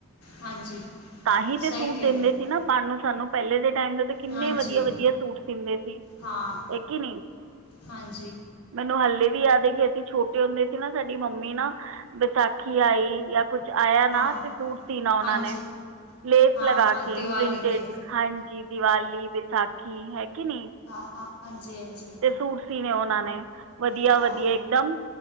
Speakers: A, on the left (about 85°); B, on the right (about 60°).
A: ਹਾਂਜੀ।
B: ਤਾਂਹੀ ਤੇ
A: ਸਹੀ
B: ਸੂਟ
A: ਕਹਿ
B: ਦਿੰਦੇ
A: ਰਹੇ ਹੋ
B: ਸੀ ਨਾ ਪਾਨ ਨੂੰ ਸਾਨੂੰ ਪਹਿਲੇ ਦੇ ਟਾਈਮ ਦੇ ਤੇ ਕਿੰਨੇ
A: ਹਾਂਜੀ
B: ਵਧੀਆ ਵਧੀਆ ਸੂਟ ਸਿੰਦੇ ਸੀ।
A: ਹਾਂ
B: ਇੱਕ <unintelligible>
A: ਹਾਂਜੀ।
B: ਮੈਨੂੰ ਹਲੇ ਵੀ ਯਾਦ ਐ ਕਿ ਅਸੀਂ ਛੋਟੇ ਹੁੰਦੇ ਸੀ ਨਾ ਸਾਡੀ ਮੰਮੀ ਨਾ ਵਿਸਾਖੀ ਆਈ ਯਾ ਕੁਛ ਆਇਆ
A: ਹਾਂ
B: ਨਾ ਤੇ ਸੂਟ ਸੀਨਾ ਉਹਨਾਂ
A: ਹਾਂਜੀ
B: ਨੇ। ਲੇਸ
A: ਹਾਂ
B: ਲਗਾ
A: ਹਾਂ
B: ਕੇ
A: ਦੀਵਾਲੀ
B: ਪ੍ਰਿੰਟੇਡ
A: 'ਤੇ
B: ਹਾਂਜੀ ਦੀਵਾਲੀ ਵਿਸਾਖੀ ਹੈ ਕੀ ਨੀ।
A: ਹਾਂ-ਹਾਂ ਹਾਂਜੀ-ਹਾਂਜੀ।
B: ਤੇ ਸੂਟ ਸੀਨੇ ਉਹਨਾਂ ਨੇ ਵਧੀਆ
A: ਹਾਂ
B: ਵਧੀਆ ਇਕ ਦਮ